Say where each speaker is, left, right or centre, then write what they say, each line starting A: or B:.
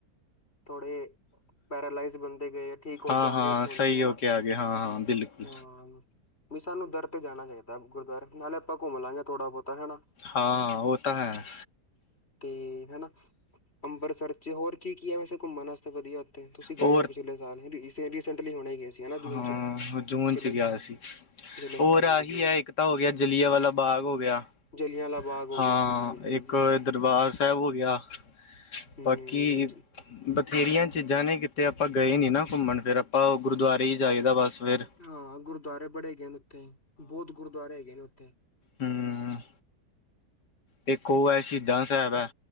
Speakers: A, on the left (about 35°); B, on the left (about 80°).
A: ਥੋੜੇ ਪੈਰਾਲਾਈਜ਼, ਬੰਦੇ ਗਏ। ਠੀਕ ਹੋ
B: ਹਾਂ
A: ਕੇ, ਆ
B: ਹਾਂ
A: ਗਏ ਉੱਥੋਂ
B: ਸਹੀ
A: ਦੀ, ਹਨਾ।
B: ਹੋ ਕੇ ਆ ਗਏ ਹਾਂ ਹਾਂ ਬਿਲਕੁਲ
A: ਹਾਂ। ਵੀ ਸਾਨੂੰ, ਦਰ ਤੇ ਜਾਣਾ ਚਾਹੀਦਾ। ਗੁਰਦੁਆਰੇ ਨਾਲੇ ਆਪਾਂ, ਘੁੰਮ ਲਾਂਗੇ ਥੋੜਾ ਬਹੁਤਾ ਹੈਨਾ।
B: ਹਾਂ ਉਹ, ਤਾਂ ਹੈ।
A: ਤੇ ਹਨਾ, ਅੰਬਰਸਰ ਚ, ਹੋਰ ਕੀ- ਕੀ ਹੈ। ਵੈਸੇ ਘੁੰਮਣ ਵਾਸਤੇ ਵਧੀਆ। ਤੇ ਤੁਸੀਂ ਗਏ
B: ਹੋਰ
A: ਹੋ। ਪਿਛਲੇ ਸਾਲ ਰੀਸ, ਰੀਸੈਂਟਲੀ ਗਏ ਸੀ। ਹੈ ਨਾ ਜੂਨ
B: ਹਾਂ
A: ਚ,
B: ਜੂਨ
A: ਪਿਛਲੇ
B: ਚ
A: ਸਾਲ।
B: ਗਿਆ ਸੀ
A: ਪਿਛਲੇ
B: ਹੋਰ
A: ਸਾਲ
B: ਆਹੀ
A: ਹਾਂਜੀ ਜੂਨ
B: ਹੈ।
A: ਚ
B: ਇੱਕ ਤਾਂ ਹੋ ਗਿਆ, ਜਲੀਆ ਵਾਲਾ ਬਾਗ ਹੋ ਗਿਆ। ਹਾਂ।
A: ਜਲਿਆਂ ਵਾਲਾ ਬਾਗ ਹੋ
B: ਹਾਂ,
A: ਗਿਆ ਹਾਂਜੀ ਬਿਲਕੁਲ
B: ਇੱਕ
A: ਜੀ
B: ਦਰਬਾਰ ਸਾਹਿਬ, ਹੋ ਗਿਆ।
A: ਹੂੰ
B: ਬਾਕੀ
A: ਜੀ
B: ਬਥੇਰੀਆਂ ਚੀਜ਼ਾਂ ਨੇ, ਕਿਤੇ ਆਪਾਂ ਗਏ ਨੀ, ਨਾ ਘੁੰਮਣ। ਫੇਰ ਆਪਾਂ ਗੁਰਦੁਆਰੇ, ਹੀ ਜਾਏਦਾ ਬਸ। ਫੇਰ।
A: ਹਾਂ, ਗੁਰਦੁਆਰੇ ਬੜੇ, ਹੈਗੇ ਨੇ ਉੱਥੇ। ਬਹੁਤ ਗੁਰਦੁਆਰੇ ਹੈਗੇ ਨੇ, ਉੱਥੇ।
B: ਹੂੰ। ਇਕ ਉਹ ਹੈ, ਸ਼ਹੀਦਾਂ ਸਾਹਿਬ ਹੈ।